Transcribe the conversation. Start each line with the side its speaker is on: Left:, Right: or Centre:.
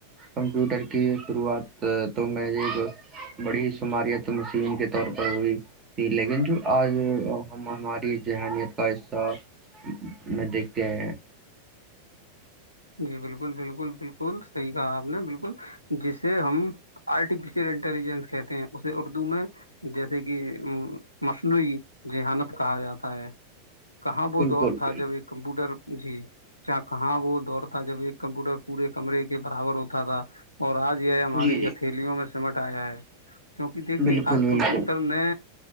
Right: کمپیوٹر کی شروعات تو میں ایک بڑی شماریت تم چین کے طور پر ہوئی تھی لیکن جو آج ہم ہماری ذہنیت کا حصہ میں دیکھتے ہیں
Left: جی بالکل بالکل بالکل صحیح کہا آپ نے بالکل جسے ہم آرٹیفیشیل انٹیلیجنس کہتے ہیں اسے اردو میں جیسے کہ مصنوعی جذہانت کہا جاتا ہے کہاں وہ
Right: بالکل
Left: دور تھا
Right: بالکل
Left: جب ایک کمپیوٹر جی ج کہاں وہ اور تھا جب ایک کمپیوٹر پورے کمرے کے برابر ہوتا تھا اور آج یہ ہماری
Right: جی جی
Left: ہتھیلیوں میں سمٹ آیا ہے کیونکہ دیکھیے
Right: بالکل
Left: آج کمپیوٹر
Right: بالکل
Left: میں